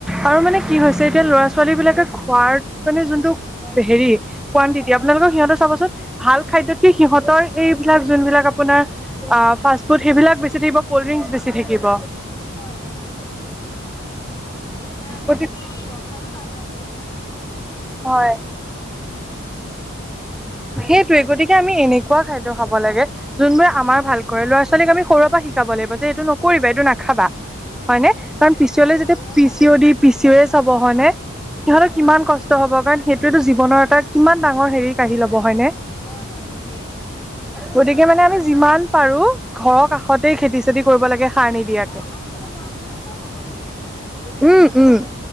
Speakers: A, in the centre; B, on the left.
A: আৰু মানে কি হৈছে এতিয়া ল'ৰা ছোৱালী বিলাকে খোৱাৰ মানে যোনটো হেৰি কুৱানটিটি আপোনালোকৰ সিহঁতৰ চাবচোন ভাল খাদ্যতকে সিহঁতৰ এইবিলাক যোনবিলাক আপোনাৰ আ ফাষ্ট ফুড সেইবিলাক বেছি থাকিব, কল্ড ড্ৰিংকছ বেছি থাকিব।
B: হয় হয় হয় ঠিকেই, এতিয়া আমি
A: গতিকে
B: সেইটো ৰখাইও লাভ নাই দিয়কচোন।
A: হয়। সেইটোয়ে গতিকে আমি এনেকুৱা খাদ্য খাব লাগে যোনবোৰে আমাৰ
B: হয়
A: ভাল
B: হয়
A: কৰে
B: হয়
A: ল'ৰা ছোৱালীক
B: হয়
A: আমি সৰুৰে পৰা শি কাব লাগিব যে এইটো নকৰিবা এইটো নাখাবা। হয়নে
B: হয় হয়
A: কাৰণ
B: সেইটো
A: পিচলে
B: আমাৰ
A: যাতে
B: শৰীৰৰ
A: পি
B: কাৰণে
A: C O
B: ক্ষতিকাৰক
A: D, P C O এছ
B: হয়
A: হ'ব
B: হয়
A: হয়নে সিহঁতে
B: উম হম
A: কিমান ক ষ্ট হ'ব কাৰণ সেইটোৱেতো জীৱনৰ এটা কিমান ডাঙৰ হেৰি কাঢ়ি ল'ব হয়নে?
B: হয় হয় ঠিকেই
A: গতিকে
B: আৰু
A: মানে আমি
B: বিশেষ
A: যিমান পাৰো ঘৰৰ কাষতে খেতি চেতি কৰিব লাগে। সাৰ নিদিয়াকে
B: অঁ আৰু মানে পৰাপক্ষত বনৌষধি বিলাক যিবিলাক ভেবেলী
A: উম
B: লতা থাকে
A: উম